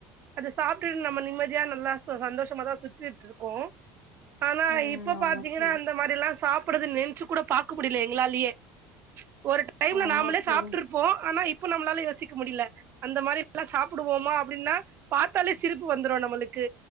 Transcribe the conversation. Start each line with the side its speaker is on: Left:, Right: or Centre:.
Right: அதை சாப்பிட்டு நம்ம நிம்ம மத்தியானலா ஒ சந்தோஷமா தா சுத்திட்டு இருக்கோ ஆனா
Left: ம்
Right: இப்ப
Left: ஆமா
Right: பாத்தீங்கனா
Left: தோழி
Right: அந்த மாரித் இதெல்லாம் சாப்பிட்றது நின்ச்சு கூட பார்க்க முடியல எங்களாலயே ஒரு டைம்ல
Left: ஆமா
Right: நாமளே
Left: தோழி
Right: சாப்ட்டுருப் ப்ப ஆனா இப்ப நம்மளால யோசிக்க முடியல அந்த மாரில்லா சாப்பிடுவோம்மா அப்டின்னா பார்த்தாலே சிரிப்பு வந்துரூ நம்மளுக் க்கு